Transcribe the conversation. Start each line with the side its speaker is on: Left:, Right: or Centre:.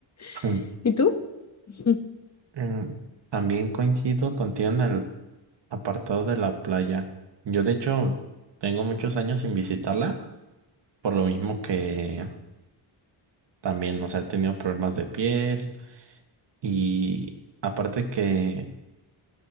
Right: <laughs>
Left: <laughs> ¿Y tú? <laughs>
Right: Mm, También coincido contigo en el. apartado de la playa. Yo de hecho tengo muchos años sin visitarla, por lo mismo que también, o sea, he tenido problemas de piel y aparte que